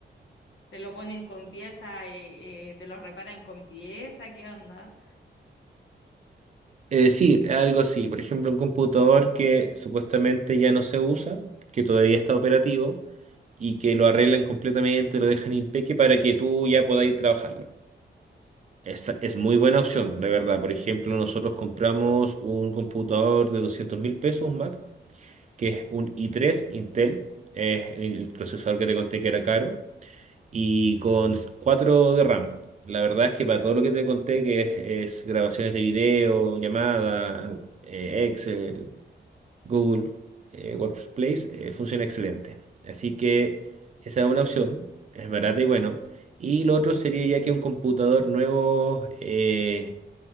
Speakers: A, on the left; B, on the right.
A: te lo ponen con pieza, eh, eh, te lo reparan con pieza, ¿qué onda?
B: Eh, sí, algo así. Por ejemplo, un computador que supuestamente ya no se usa, que todavía está operativo y que lo arreglan completamente, lo dejan impeque para que tú ya podáis trabajarlo. Esa es muy buena opción, de verdad. Por ejemplo, nosotros compramos un computador de doscientos mil pesos, un Mac, que es un i3 Intel, es el procesador que te conté que era caro y con 4 de RAM. La verdad es que para todo lo que te conté, que es, es grabaciones de video, llamadas, eh, Excel, Google, eh, Workplace, eh, funciona excelente. Así que esa es una opción, es barata y bueno. Y lo otro sería ya que un computador nuevo eh,